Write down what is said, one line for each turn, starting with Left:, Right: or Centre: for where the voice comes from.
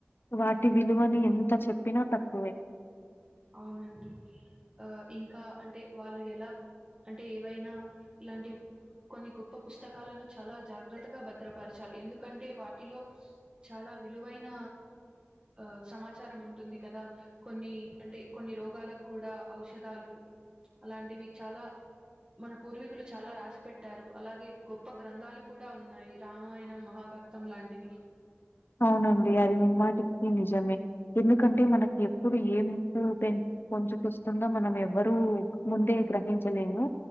Left: వాటి విలువని ఎంత చెప్పినా తక్కువే
Right: అవునండి ఆ ఇంకా అంటే వాళ్ళు ఎలా అంటే ఏవైనా ఇలాంటి కొన్ని గొప్ప పుస్తకాలను చాలా జాగ్రత్తగా భద్రపరచాలి ఎందుకంటే వాటిలో చాలా విలువైన ఆ సమాచారం ఉంటుంది కదా కొన్ని అంటే కొన్ని రోగాలకు కూడా ఔషధాలు అలాంటివి చాలా మన పూర్వీకులు చాలా రాసి పెట్టారు అలాగే గొప్ప గ్రంథాలు కూడా ఉన్నాయి రామాయణం మహా భర్తం లాంటివి
Left: అవునండి అది ముమ్మాటికి నిజమే ఎందుకంటే మనకి ఎప్పుడు ఎముప్పు పెం పంచుకొస్తుందో మనం ఎవ్వరూ ముందే గ్రహించలేము